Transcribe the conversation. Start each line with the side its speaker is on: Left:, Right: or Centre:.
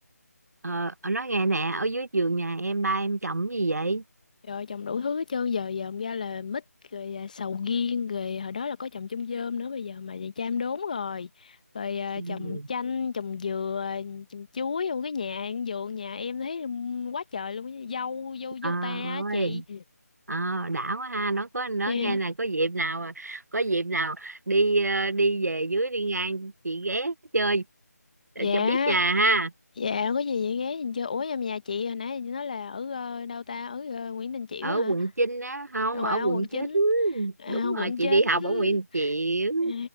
Right: ờ, nói nghe nè ở dưới giường nhà em ba em chồng gì vậy
Left: Rồi trồng đủ thứ hết trơn giờ dòm ra là mít rồi à, sầu riêng rồi à, hồi đó là có trồng chôm chôm nữa bây giờ mà về cham đốn rồi rồi à,
Right: Ừ.
Left: trồng chanh trồng dừa trồng chuối trong cái nhà ăn vườn nhà em thấy quá trời luôn á, dâu dâu
Right: Ờ
Left: dâu ta á chị
Right: ơi ờ đã quá ha nó có nó
Left: dạ
Right: nghe là có dịp nào có dịp nào đi ờ, đi về dưới đi ngang chị ghé chơi để
Left: dạ
Right: cho biết nhà ha
Left: dạ có gì vậy ghé nhìn chơi ủa em nhà chị hồi nãy chị nói là ở ờ, đâu ta ở ờ, Nguyễn Đình Chiểu
Right: ở
Left: hả
Right: quận Chinh á không
Left: đâu
Right: ở
Left: à, quận
Right: quận Chín
Left: chín à,
Right: đúng
Left: quận
Right: rồi chị
Left: chín
Right: đi học ở Nguyễn Chiểu
Left: <laughs> à,